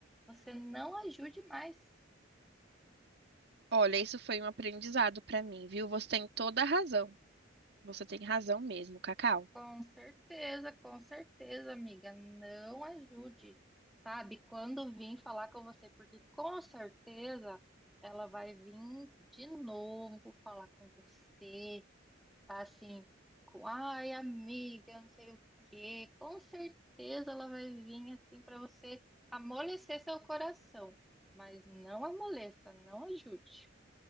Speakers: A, in the centre; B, on the right.
A: você não ajude mais.
B: Olha, isso foi um aprendizado pra mim, viu? Você tem toda a razão. Você tem razão mesmo, Cacau.
A: Com certeza, com certeza, amiga. Não ajude, sabe? Quando vim falar com você, porque com certeza ela vai vir de novo falar com você, tá assim, com, ai, amiga, não sei o quê. Com certeza ela vai vir assim para você amolecer seu coração, mas não amoleça, não ajude.